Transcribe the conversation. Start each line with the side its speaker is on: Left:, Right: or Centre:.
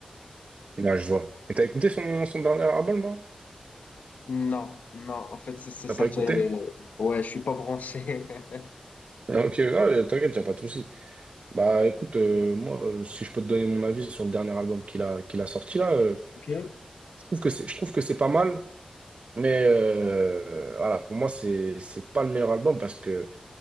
Right: et là je vois. Et t'as écouté son, son dernier album là?
Left: non, non. En fait, ça, ça,
Right: T'as
Left: ça
Right: pas écouté?
Left: fait. Ouais, je suis pas branché. <laughs>
Right: Ah, ok, ah, euh, t'inquiète, y a pas de souci. Bah écoute, euh, moi, euh, si je peux te donner mon avis sur le dernier album qu'il a, qu'il a sorti là, euh,
Left: Ok.
Right: je trouve que c'est, je trouve que c'est pas mal, mais euh, voilà, pour moi, c'est, c'est pas le meilleur album parce que,